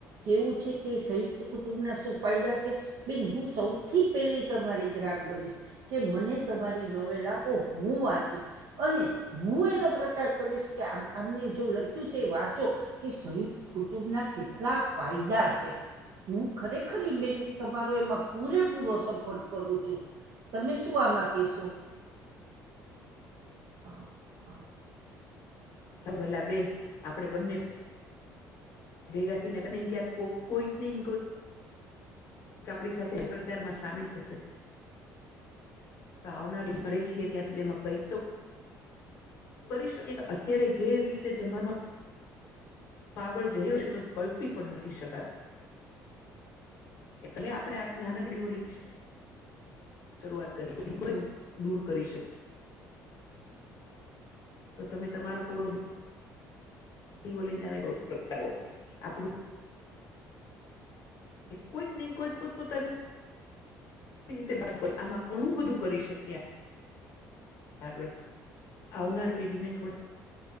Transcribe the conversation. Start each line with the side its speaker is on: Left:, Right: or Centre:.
Right: કેવું છે કે સંયુક્ત કુટુંબ ના શું ફાયદા છે બેન હું સૌથી પેલી તમારી ગ્રાહક બનીશ. કે મને તમારી નવેલ આપો હું વાંચીશ. અને હું એનો પ્રચાર કરીશ કે આમને જો લખ્યું છે વાંચો. કે સંયુક્ત કુટુંબના કેટલા ફાયદા છે. હું ખરેખર બેન તમારો એમાં પૂરેપૂરો સપોર્ટ કરું છું. તમે શું આમાં કેહેશો. હ <inaudible>
Left: સભલા બે આપડે બંને બેગાથી ને કો કોઈક નેન આપણી સાથે પ્રચારમાં સામેલ થશે તો આવનારે છએ ત્યાં સુધી એમાં કઈ તો કરી શ અત્યારે જે રીતે જમાનો આગળ જઈ્યો છે તો કલ્પી પણ નથી શકત એટલે આપણેે નાનકડી ઓલીથી શરૂઆત <inaudible> કરીએ દૂર કરી શકે તો તમે તમારો કોરો ઓલીને <inaudible> પ્રગટાવો આપડું કોઈક કોઈક પોતપોતાની રીતે આમાં ઘણું બધું કરી શકીએ. ગળ આવનાર પેઢી ને થોડી